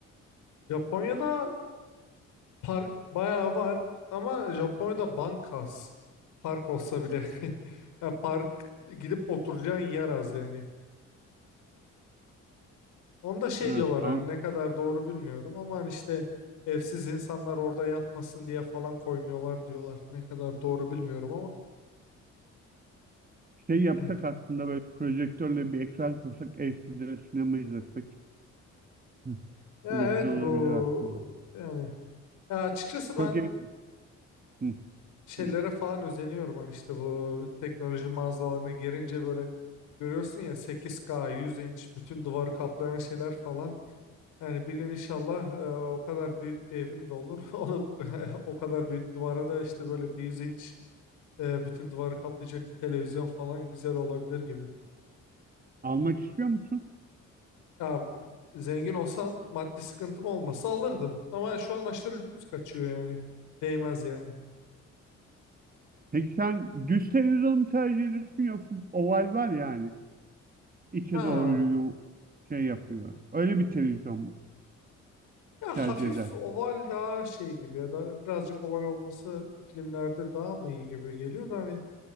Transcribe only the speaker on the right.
Ha,
an-
şey yapsak
aslında böyle projektörle bir ekran kursak evsizlere sinema izlesek. Hı.
O da
güzel olabilir
aslında.
Çok iyi. Hı,
evet.
Almak istiyor musun?
Peki sen düz televizyon mu tercih ediyorsun yoksa oval var yani içe
doğru yu- şey yapıyor. Öyle bir televizyon mu
tercih
edersin?